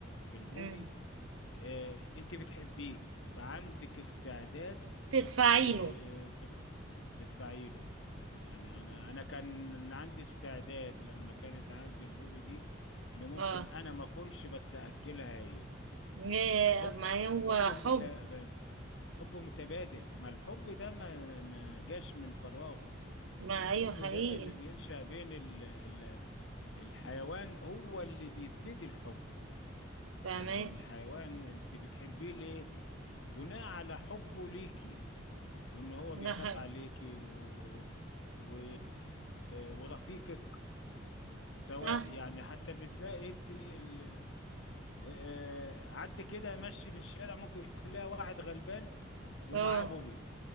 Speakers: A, on the left; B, on the right.
A: البوبي
B: مم.
A: آه انت بتحبيه فعندك استعداد
B: تدفعي
A: ت-
B: له
A: تس- تدفعي له يعني انا انا كان عندي استعداد لما كانت عندي البوبي دي ان ممكن
B: اه
A: انا ما اكلش بس اكلها هي
B: إيه،
A: حب
B: ما هو
A: حب متبادل
B: حب
A: حب متبادل ما الحب ده ما ما جاش من فراغ
B: ما
A: الحب
B: ايوه حقيقي
A: ده اللي بينشأ بين ال ال الحيوان هو اللي بيبتدي الحب
B: فاهمك
A: يعني الحيوان انت بتحبيه ليه بناء على حبه ليكي وان هو
B: ده
A: بيخاف
B: حقيقي
A: عليكي و... و... ورفيقك سواء
B: صح
A: يعني حتى بتلاقي انت ال... آه، آه، عد كده ماشي في الشارع ممكن تلاقي واحد غلبان ومعاه
B: اه
A: بوبي